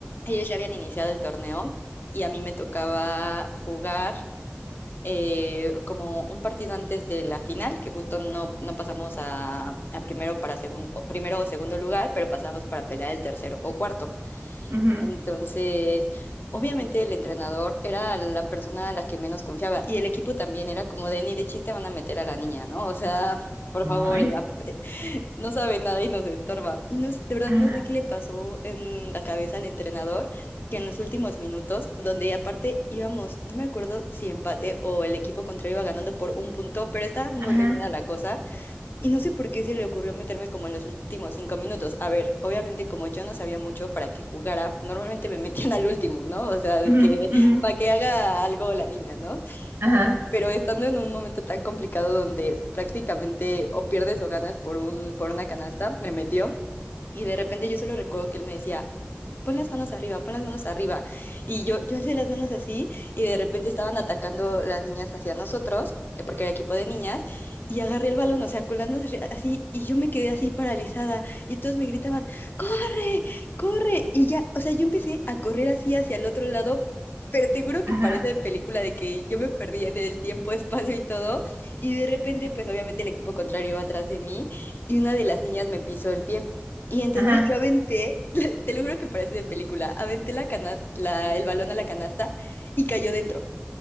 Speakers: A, on the left (about 60°); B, on the right (about 80°).
A: ellos ya habían iniciado el torneo y a mí me tocaba jugar eh, como un partido antes de la final, que justo no, no pasamos a, a primero, para segundo, primero o segundo lugar, pero pasamos para pelear el tercero o cuarto.
B: ujú.
A: Entonces, obviamente el entrenador era la persona a la que menos confiaba y el equipo también era como de ni de chiste van a meter a la niña, ¿no? O sea, <laughs> por favor,
B: Ay,
A: eh, ap- no sabe nada y nos estorba. Y no, sé- de verdad
B: Ajá,
A: no sé qué le pasó en la cabeza al entrenador, que en los últimos minutos, donde aparte íbamos, no me acuerdo si empate o el equipo contrario iba ganando por un punto, pero estaba muy
B: ajá,
A: reñida la cosa. Y no sé por qué se le ocurrió meterme como en los últimos cinco minutos. A ver, obviamente como yo no sabía mucho para que jugara, pues, normalmente me metían al último, ¿no? O sea, de
B: ujú,
A: que
B: ujú,
A: para que haga algo la niña, ¿no?
B: ajá,
A: pero estando en un momento tan complicado donde prácticamente o pierdes o ganas por un, por una canasta, me metió. Y de repente yo solo recuerdo que él me decía, pon las manos arriba, pon las manos arriba. Y yo, yo alcé las manos así y de repente estaban atacando las niñas hacia nosotros, eh, porque era equipo de niñas, y agarré el balón, o sea, con las manos arri- así, y yo me quedé así paralizada y todos me gritaban, corre, corre. Y ya, o sea, yo empecé a correr así hacia el otro lado. Pero te juro que
B: ajá,
A: parece de película de que yo me perdía en el tiempo, <laughs> espacio y todo. Y de repente, pues obviamente el equipo contrario iba atrás de mí y una de las niñas me pisó el pie. Y entonces
B: ajá.
A: yo aventé te lo juro que parece de película. Aventé la canasta, la, el balón a la canasta y cayó dentro.